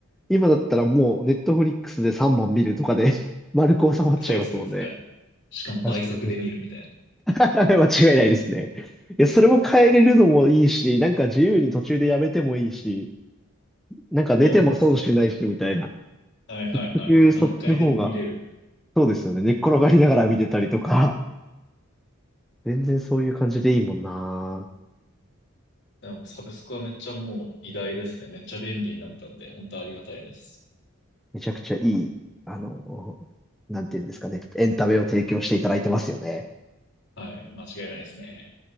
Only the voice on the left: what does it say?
そうです、そうです。はい。しかも倍速で見るみたいな。
そうなんですよね。
はいはいはいはい。
何回でも見れる。
でもサブスクはめっちゃもう偉大ですね。めっちゃ便利になったんで、本当ありがたいです。
はい。間違いないですね。